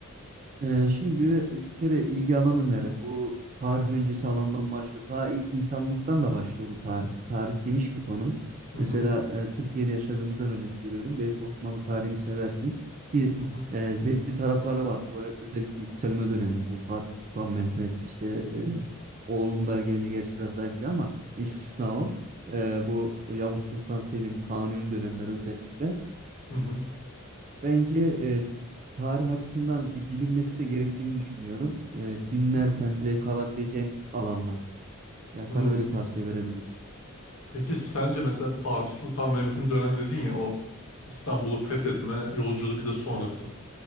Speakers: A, on the right; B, on the left.
A: Ee, şimdi bir, bir kere ilgi alanı nere? Bu tarih öncesi alandan başlıyor. Ta ilk insanlıktan da başlıyor bu tarih. Tarih geniş bir konu.
B: Hı
A: Mesela
B: hı
A: e, Türkiye'de yaşadığımızdan örnek veriyorum. Belki Osmanlı tarihini seversin ki
B: hı hı
A: e, zevkli tarafları var. Bu e, özellikle yükselme dönemi. Bu Fatih Sultan Mehmet işte e, oğlun da gelince gerçi biraz zayıflıyor ama istisna o. E, bu Yavuz Sultan Selim Kanuni dönemleri özellikle.
B: hı hı
A: Bence e, tarih açısından bir bilinmesi de gerektiğini düşünüyorum. E, dinlersen
B: hı.
A: zevk alabileceğin alanlar. Yani
B: hı.
A: sana öyle tavsiye verebilirim.
B: Peki sence mesela Fatih Sultan Mehmet'in dönemi dedin ya o İstanbul'u fethetme yolculuğu bir de sonrası.